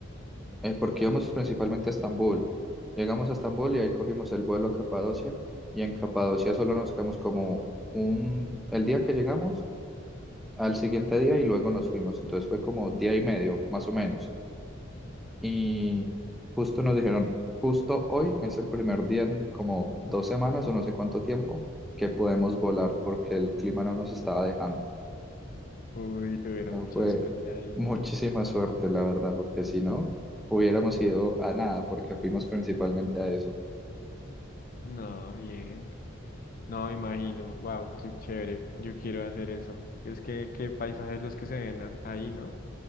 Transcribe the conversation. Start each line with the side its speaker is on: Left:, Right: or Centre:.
Centre: eh, porque íbamos principalmente a Estambul. Llegamos a Estambul y ahí cogimos el vuelo a Capadocia. Y en Capadocia solo nos quedamos como un, el día que llegamos, al siguiente día y luego nos fuimos. Entonces fue como día y medio, más o menos y justo nos dijeron, justo hoy es el primer día en como dos semanas o no sé cuánto tiempo que podemos volar porque el clima no nos estaba dejando. O
Left: Uy, tuvieron
Centre: sea,
Left: mucha
Centre: fue
Left: suerte ahí.
Centre: muchísima suerte, la verdad, porque si no, hubiéramos ido a nada porque fuimos principalmente a eso.
Left: No, bien. No, me imagino. Wow, qué chévere. Yo quiero hacer eso. Es que qué paisajes los que se ven a- ahí, ¿no?